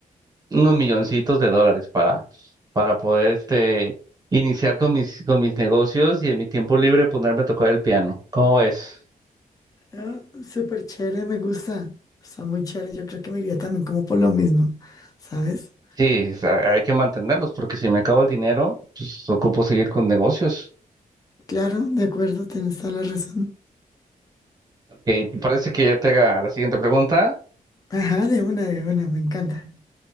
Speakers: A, on the right; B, on the left.
A: unos milloncitos de dólares para, para poder este, iniciar con mis, con mis negocios y en mi tiempo libre ponerme a tocar el piano. ¿Cómo ves?
B: Ah, súper chévere, me gusta. Está muy chévere. Yo creo que me iría también como por lo mismo, ¿sabes?
A: Sí, o sea, hay que mantenerlos porque si me acabo el dinero, pues ocupo seguir con negocios.
B: Claro, de acuerdo, tienes toda la razón.
A: Ok, ¿te parece que ya te haga la siguiente pregunta?
B: Ajá, de una, de una, me encanta.